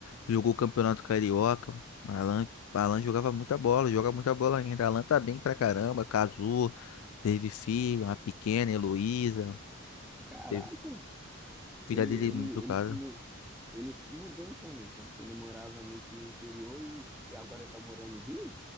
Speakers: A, on the left (about 80°); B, in the centre.
A: Jogou o Campeonato Carioca. Alan, Alan jogava muita bola, joga muita bola ainda. Alan tá bem pra caramba, casou, teve filho, uma pequena, Heloísa.
B: Caraca,
A: Teve
B: ele,
A: filha dele,
B: ele,
A: do
B: ele
A: caso.
B: se, mu- Ele se mudou então, né? Porque ele morava meio que no interior e, e agora tá morando no Rio?